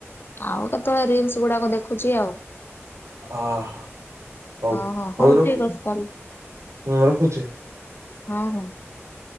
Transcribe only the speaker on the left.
ଆଉ କେତଅଳେ ରିଲସ ଗୁଡାକ ଦେଖୁଚି ଆଉ।
ହଁ ହଁ
ଠିକ ଅଛି ତାହେଲେ
ହଁ ହଁ ।